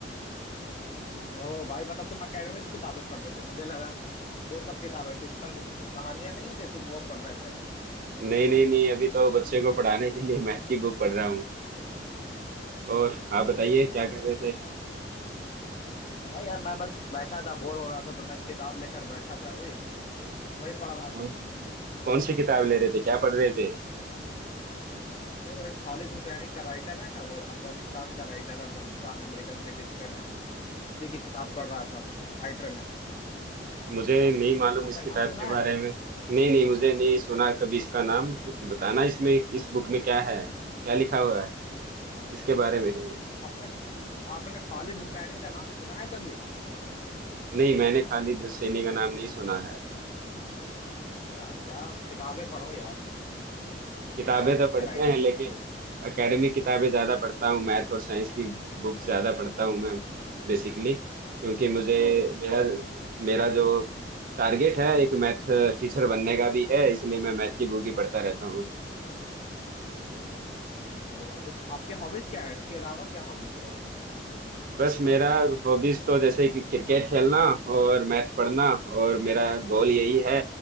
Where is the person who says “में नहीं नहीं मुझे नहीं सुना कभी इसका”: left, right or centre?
Right